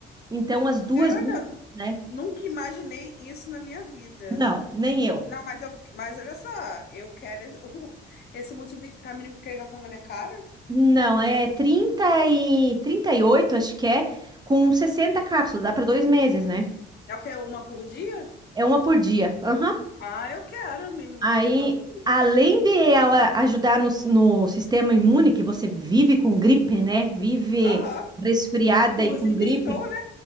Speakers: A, on the right; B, on the left.
A: Então as duas,
B: Garota,
A: juntas, né?
B: nunca imaginei isso na minha vida.
A: Não, nem eu.
B: Não, mas, eu, mas olha só, eu quero esse, <laughs> uh, esse multivitamínico que ele tá tomando é caro?
A: Não, é 30 e 38 acho que é, com 60 cápsulas, dá para dois meses, né?
B: É o que, uma por dia?
A: É uma por dia. Aham.
B: Ah, eu quero, me, me
A: Aí,
B: manda.
A: além de ela ajudar no, no sistema imune, que você vive com gripe, né? Vive
B: Aham.
A: resfriada
B: Inclusive
A: e com gripe,
B: estou, né?